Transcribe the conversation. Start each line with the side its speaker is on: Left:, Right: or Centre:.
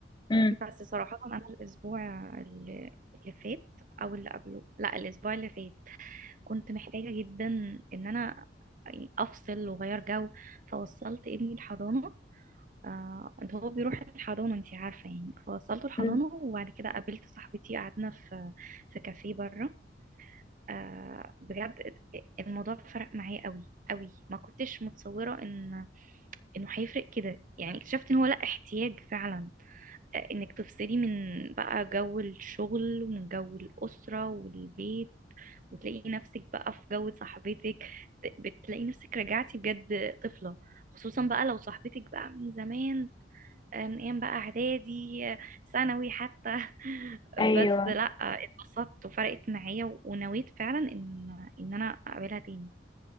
Left: مم.
Right: بس صراحة أنا الأسبوع اللي اللي فات أو اللي قبله لا الأسبوع اللي فات كنت محتاجة جدا ان انا يعني افصل واغير جو فوصلت ابني الحضانة آه انت هو بيروح الحضانة انت عارفة يعني فوصلته الحضانة
Left: مم.
Right: وبعد كده قابلت صاحبتي قعدنا في في كافيه بره آه بجد الموضوع فرق معايا قوي قوي ما كنتش متصورة ان انه هيفرق كده يعني اكتشفت ان هو لا احتياج فعلا انك تفصلي من بقى جو الشغل ومن جو الأسرة والبيت وتلاقي نفسك بقى في جو صاحبتك ت- بتلاقي نفسك رجعتي بجد طفلة خصوصا بقى لو صاحبتك بقى من زمان آه، من ايام بقى اعدادي آه، ثانوي حتى <laughs>
Left: ايوه
Right: بس لا آه، اتبسطت وفرقت معايا و- ونويت فعلا ان ان انا اقابلها تاني